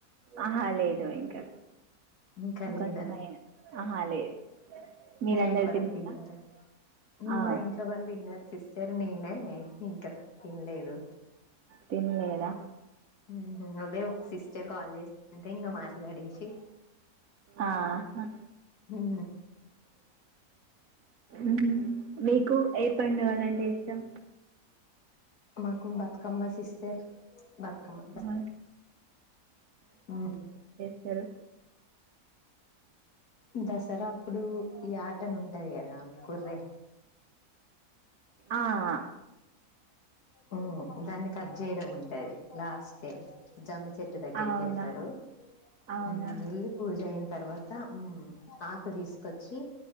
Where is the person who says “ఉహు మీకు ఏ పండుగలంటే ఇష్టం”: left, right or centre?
Right